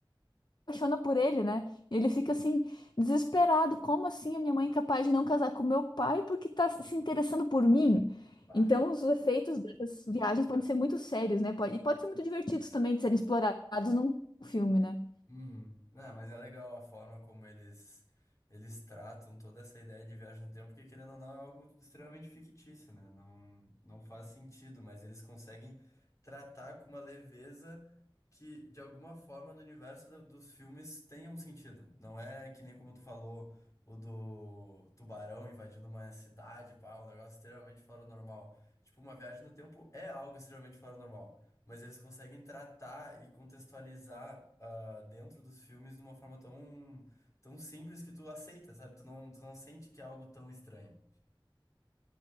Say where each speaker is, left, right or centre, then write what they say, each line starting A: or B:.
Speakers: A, on the left; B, on the left.
A: apaixona por ele, né? Ele fica assim, desesperado. Como assim a minha mãe é capaz de não casar com meu pai porque tá se interessando por mim?
B: Bah.
A: Então, os efeitos dessas viagens podem ser muito sérios, né? Pode, e pode ser muito divertidos também de serem explorados num filme, né?
B: Uhum. Não, mas é legal a forma como eles eles tratam toda essa ideia de viagem no tempo, porque querendo ou não é algo extremamente fictício, né? Não, não faz sentido, mas eles conseguem tratar com uma leveza que de alguma forma no universo do- dos filmes tem um sentido. Não é que nem como tu falou, o do tubarão invadindo uma cidade, pá, um negócio extremamente fora do normal. Tipo, uma viagem no tempo é algo extremamente fora do normal. Mas eles conseguem tratar e contextualizar ah, dentro dos filmes de uma forma tão, tão simples que tu aceita, sabe? Tu não, tu não sente que é algo tão estranho.